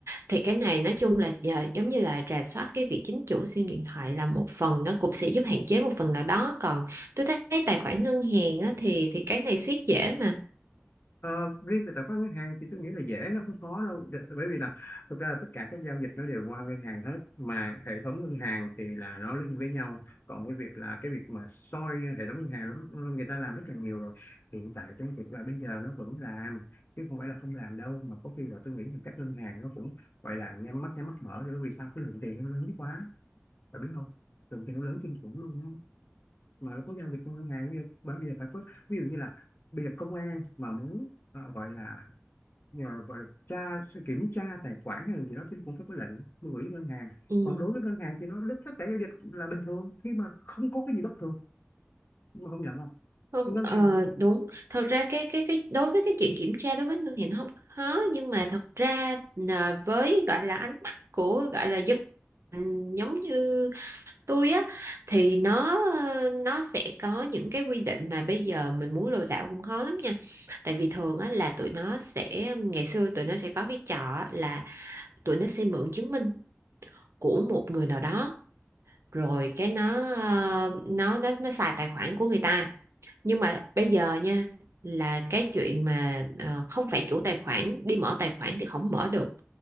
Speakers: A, on the right; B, on the left.
A: thì cái này nói chung là giờ giống như là rà soát cái việc chính chủ SIM điện thoại là một phần nó cũng sẽ giúp hạn chế một phần nào đó còn tôi thấy tài khoản ngân hàng á, thì thì cái này siết dễ mà
B: Ờ, riêng về tài khoản ngân hàng thì tôi nghĩ là dễ nó không khó đâu Đ- bởi vì là thực ra là tất cả các giao dịch nó đều qua ngân hàng hết mà hệ thống ngân hàng thì là nó link với nhau còn cái việc là cái việc mà soi hệ thống ngân hàng nó, người ta làm rất là nhiều rồi hiện tại trong thực ra bây giờ nó vẫn làm chứ không phải là không làm đâu mà có khi là tôi nghĩ rằng các ngân hàng nó cũng gọi là nhắm mắt nhắm mắt mở nữa vì sao cái lượng tiền nó lớn quá bạn biết không thường thì nó lớn kinh khủng luôn á mà nó có giao dịch qua ngân hàng như bởi vì phải có ví dụ như là bây giờ công an mà muốn ờ, gọi là nhờ gọi là tra kiểm tra tài khoản hay là gì đó thì cũng phải có lệnh mới gửi ngân hàng
A: ừ.
B: còn đối với ngân hàng thì nó đứt tất cả giao dịch là bình thường khi mà không có cái gì bất thường mà công nhận không
A: Thôi,
B: ngân
A: Ờ,
B: hàng
A: đúng thật ra cái cái cái đối với cái chuyện kiểm tra đối với ngân hàng nó không khó nhưng mà thật ra là với gọi là ánh mắt của gọi là dân ừ, giống như tôi á thì nó ờ, nó sẽ có những cái quy định mà bây giờ mình muốn lừa đảo cũng khó lắm nha tại vì thường á là tụi nó sẽ ngày xưa tụi nó sẽ có cái trò á là tụi nó sẽ mượn chứng minh của một người nào đó rồi cái nó ờ, nó nó nó xài tài khoản của người ta nhưng mà bây giờ nha là cái chuyện mà ờ, không phải chủ tài khoản đi mở tài khoản thì không mở được